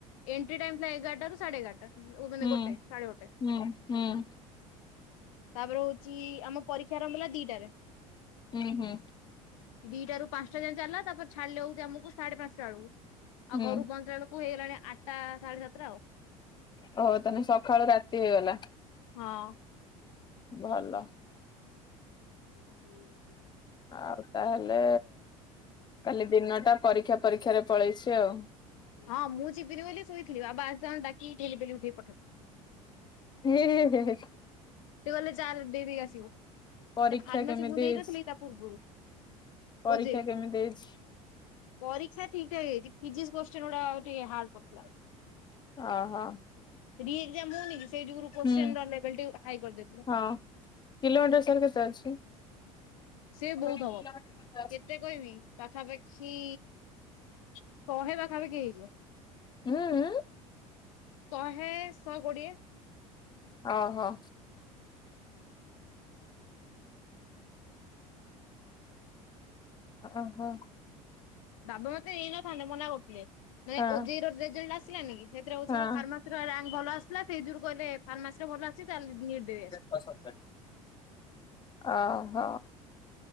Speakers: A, on the left; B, on the left.
A: ଏଣ୍ଟ୍ରି ଟାଇମ୍ ଥିଲା ଏଗାରଟା ରୁ ସାଢ଼େ ଏଗାରଟା।
B: ହୁଁ
A: ମାନେ ଗୋଟେ ସାଢେ
B: ହୁଁ
A: ଗୋଟେ।
B: ହୁଁ।
A: ତାପରେ ହୋଉଚି ଆମ ପରୀକ୍ଷା ଆରମ୍ଭ ହେଲା ଦିଟାରେ।
B: ଉଁ ହୁଁ‌।
A: ଦିଟ ରାରୁ ପାଁସ୍ ଟା ଯାଏ ଚାଲିଲା ତାପରେ ଛାଡ଼ିଲେ ବୋଧେ ଆମକୁ ସାଢ଼େ ପାଁସ୍ ଟା ବେଳକୁ। ଆଉ
B: ହୁଁ
A: ଘରୁ ପହଞ୍ଚିଲା ବେଳକୁ ହେଇଗଲାଣି ଆଠଟା ସାଢ଼େ ସାତଟା ଆଉ।
B: ଓହୋ ତାହେଲେ ସକାଳୁ ରାତି ହେଇଗଲା‌।
A: ହଁ।
B: ଭଲ‌।
A: ହୁଁ
B: ଆଉ ତାହେଲେ କାଲି ଦିନଟା ପରୀକ୍ଷା ପରୀକ୍ଷାରେ ପଳେଇଛି ଆଉ।
A: ହଁ ମୁଁ ଯିବିନି ବୋଲି ଶୋଇଥିଲି ବାବା <unintelligible> ଡାକିକି ଠେଲି ପେଲିକି ଉଠେଇକି ପଠେଇ <unintelligible>
B: ହେ ହେ ହେ ହେ ହେ।
A: ସେ କହିଲେ ଚାଲେ ଦେଇ ଦେଇକି ଆସିବୁ
B: ପରୀକ୍ଷା
A: ନା ଖାର୍ ମାସି
B: କେମିତି
A: ମୁଁ ଦେଇନଥିଲି
B: ହେଇଛି?
A: କି ତା ପୂର୍ବରୁ।
B: ପରୀକ୍ଷା
A: ଓଜେଇ
B: କେମିତି ହେଇଛି?
A: ପରୀକ୍ଷା ଠିକ ଠାକ ହେଇଛିି ଫିଜିିକ୍ସ କୋଶ୍ଚିନ୍ ଉଡ଼ା ଆଉ ଟିକେ ହାର୍ଡ ପଡ଼ିଥିଲା ଆଉ।
B: ଅହ‌।
A: ରି ଏକ୍ଜାମ ହଉନି କି ସେଇ ଯୁଗରୁ କୋଶ୍ଚିନ୍
B: ହୁଁ
A: ର ଲେବଲ୍ ଟିକେ ହାଏ କରିଦେଇଥିଲେ।
B: ହଁ କିଲୋମିଟର ସାର କେତେ ଅଛି?
A: ସେ
B: ମୁଁ
A: ବୋହୁତ
B: କହିଲି କିଲୋମିଟର
A: ହବ
B: ଅଛି?
A: କେତେ କହିବି ପାଖାପାଖି ଶହେ ପାଖାପାଖି ହେଇଯିବ।
B: ହୁଁ?
A: ଶହେ ଶହେ କୋଡ଼ିଏ।
B: ଓହୋ। ଆହ।
A: ବାବା ମତେ ନେଇନଥାନ୍ତେ ମନା କରୁଥିଲେ ମାନେ
B: ହଁ
A: ଓଜେଇ ର ରେଜଲ୍ଟ ଆସିଲାନି କି ସେଥିରେ ହଉଛି
B: ହଁ।
A: ମୋ ଫାର୍ମା ଦିୟା ଭଲ ଆସିଥିଲା ସେଇ ଯୁଗୁରୁ କହିଲେ ଫାର୍ମାସି ତ ଭଲ ଅଛି ତାହେଲେ ନିଟ୍ ଦେ ଆସ୍
B: <unintelligible> ଅହ